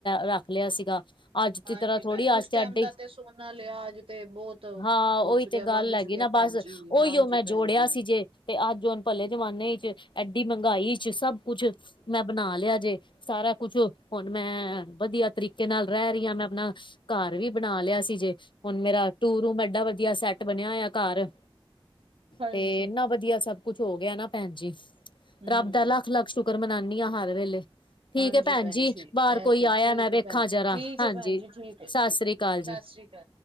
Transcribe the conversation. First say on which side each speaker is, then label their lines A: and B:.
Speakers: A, on the left (about 60°); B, on the right (about 80°).
A: ਰੱਖ ਲਿਆ ਸੀਗਾ ਅੱਜ
B: ਹਾਂਜੀ
A: ਦੀ ਤਰ੍ਹਾਂ ਥੋੜ੍ਹੀ
B: ਭੈਣ
A: ਆ
B: ਉਸ
A: ਚ
B: ਟਾਈਮ
A: ਅੱਡੇ,
B: ਦਾ ਤੇ ਸੋਨਾ ਲਿਆ ਅੱਜ ਤੇ ਬਹੁਤ
A: ਹਾਂ
B: ਹੋ
A: ਉਹੀ
B: ਚੁੱਕਿਆ
A: ਤੇ
B: ਵੱਧ
A: ਗੱਲ ਹੈਗੀ
B: ਚੁੱਕਿਆ
A: ਨਾ
B: ਭੈਣ
A: ਬਸ,
B: ਜੀ
A: ਓਹੀਓ
B: ਹਾਂਜੀ
A: ਮੈਂ
B: ਭੈਣ
A: ਜੋੜਿਆ
B: ਜੀ।
A: ਸੀ ਜੇ ਤੇ ਅੱਜ ਹੁਣ ਭਲੇ ਜ਼ਮਾਨੇ 'ਚ ਐਡੀ ਮਹਿੰਗਾਈ 'ਚ ਸਭ ਕੁਛ ਮੈਂ ਬਣਾ ਲਿਆ ਜੇ, ਸਾਰਾ ਕੁਛ ਹੁਣ ਮੈਂ ਵਧੀਆ ਤਰੀਕੇ ਨਾਲ ਰਹਿ ਰਹੀ ਹਾਂ ਮੈਂ ਆਪਣਾ ਘਰ ਵੀ ਬਣਾ ਲਿਆ ਸੀ ਜੇ, ਹੁਣ ਮੇਰਾ ਟੂ ਰੂਮ ਐਡਾ ਵਧੀਆ ਸੈੱਟ ਬਣਿਆ ਹੋਇਆ ਘਰ
B: ਹਾਂਜੀ
A: ਤੇ ਇਨਾ ਵਧੀਆ ਸਭ ਕੁਛ ਹੋ ਗਿਆ ਨਾ ਭੈਣ ਜੀ,
B: ਹੂੰ।
A: ਰੱਬ ਦਾ ਲੱਖ- ਲੱਖ ਸ਼ੁਕਰ ਸੁਕਰ ਮਨਾਉਂਦੀ ਆ ਹਰ ਵੇਲੇ ਠੀਕ
B: ਹਾਂਜੀ
A: ਹੈ ਭੈਣ ਜੀ
B: ਇਹ
A: ਬਾਹਰ ਕੋਈ
B: ਤੇ
A: ਆਇਆ
B: ਠੀਕ
A: ਮੈਂ ਵੇਖਾਂ
B: ਹੈ ਭੈਣ
A: ਜਰਾ,
B: ਜੀ ਠੀਕ
A: ਹਾਂਜੀ,
B: ਹੈ ਭੈਣ ਜੀ ਠੀਕ ਹੈ
A: ਸਤਿ
B: ਠੀਕ
A: ਸ੍ਰੀ ਅਕਾਲ ਜੀ
B: ਸਤਿ ਸ੍ਰੀ ਅਕਾਲ